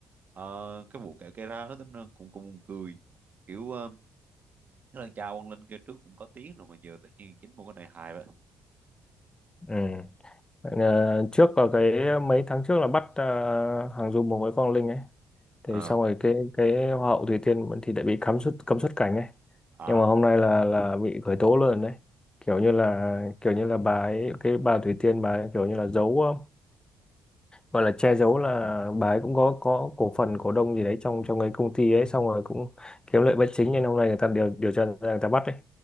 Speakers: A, on the right; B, on the left.
A: Ờ, cái vụ kẹo gây ra đó tính ra cũng cũng buồn cười kiểu ờ, Thế là cha Quang Linh kia trước cũng có tiếng rồi mà giờ tự nhiên chính một cái này hài vậy.
B: ừ Ờ, trước ở cái mấy tháng trước là bắt ờ, hàng Dung cùng với Quang Linh ấy thì
A: Ờ.
B: xong rồi cái cái Hoa hậu Thủy Tiên vẫn thì đã bị cấm xuất cấm xuất cảnh ấy
A: à
B: nhưng mà hôm nay là là bị khởi tố luôn đấy kiểu
A: Ừ.
B: như là kiểu như là bà ấy cái bà Thủy Tiên bà ấy kiểu như là giấu ờ, gọi là che giấu là bà ấy cũng có có cổ phần cổ đông gì đấy trong trong cái công ty ấy xong rồi cũng kiếm lợi bất chính nên hôm nay người ta điều điều tra ra người ta bắt ấy